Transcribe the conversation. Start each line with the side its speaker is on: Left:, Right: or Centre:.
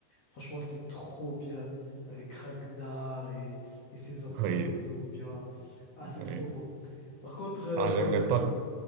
Left: Franchement, c'est trop bien avec Ragnar et, et ses enfants
Right: Oui,
Left: et tout, Bjorn. Ah, c'est
Right: oui.
Left: trop bon. Par contre, euh...
Right: Ah, j'aimerais pas,